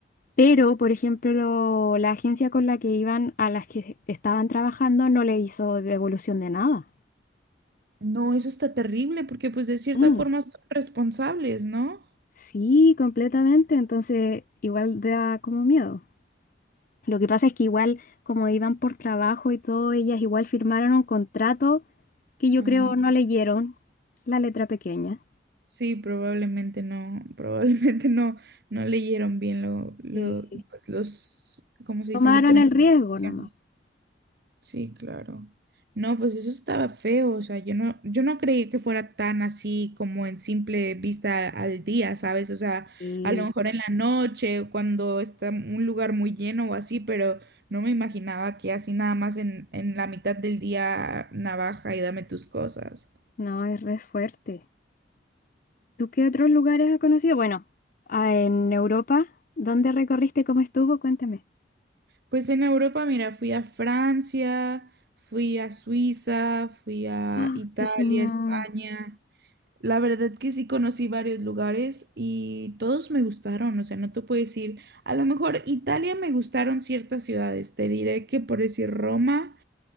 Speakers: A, on the left; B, on the right.
A: Pero, por ejemplo, la agencia con la que iban, a las que estaban trabajando, no le hizo devolución de nada.
B: No, eso está terrible porque pues de cierta
A: Mm,
B: forma son responsables, ¿no?
A: Sí, completamente. Entonces, igual da como miedo. Lo que pasa es que igual, como iban por trabajo y todo, ellas igual firmaron un contrato que yo
B: Ah,
A: creo no leyeron la letra pequeña.
B: sí, probablemente no, <laughs> probablemente no, no leyeron bien lo, lo,
A: sí,
B: pues, los, ¿cómo se
A: Tomaron
B: dicen? Los términos
A: el riesgo
B: y condiciones.
A: nomás.
B: Sí, claro. No, pues eso estaba feo, o sea, yo no, yo no creí que fuera tan así como en simple vista al día, ¿sabes? O sea,
A: Y
B: a lo mejor en la noche, o cuando está un lugar muy lleno o así, pero no me imaginaba que así nada más en, en la mitad del día navaja y dame tus cosas.
A: no, es re fuerte. ¿Tú qué otros lugares has conocido? Bueno, ah, en Europa, ¿dónde recorriste? ¿Cómo estuvo? Cuéntame.
B: Pues en Europa, mira, fui a Francia, fui a Suiza, fui a
A: ¡Ah,
B: Italia,
A: qué genial!
B: España. La verdad que sí conocí varios lugares y todos me gustaron, o sea, no te puedo decir, a lo mejor Italia me gustaron ciertas ciudades, te diré que por decir Roma